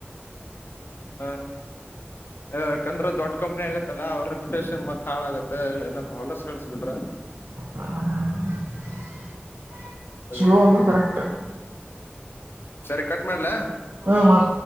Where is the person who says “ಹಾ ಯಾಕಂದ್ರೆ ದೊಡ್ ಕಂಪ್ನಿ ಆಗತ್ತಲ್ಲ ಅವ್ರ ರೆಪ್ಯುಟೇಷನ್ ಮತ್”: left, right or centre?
Left